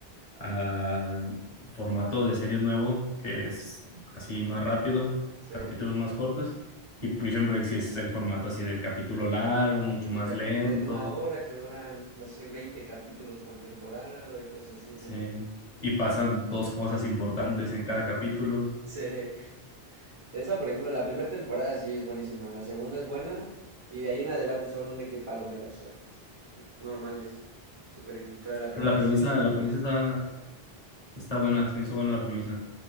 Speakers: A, on the left; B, on the right.
A: al formato de series nuevo, que es así más rápido,
B: Sí.
A: capítulos más cortos. Y Prison Break sí es el formato así del capítulo largo, mucho
B: Sí, del
A: más
B: capítulo
A: lento,
B: de una hora que duran, no sé, 20 capítulos por temporada y cosas así, ¿no?
A: sí. Y pasan dos cosas importantes en cada capítulo.
B: Sí. De esa, por ejemplo, la primera temporada sí es buenísima, la segunda es buena y de ahí en adelante son de que palomeras, o sea, normales, super X, pero la primera
A: Pero la premisa,
B: sí se me hizo muy
A: la
B: buena.
A: premisa está, Está buena, se me hizo buena la premisa.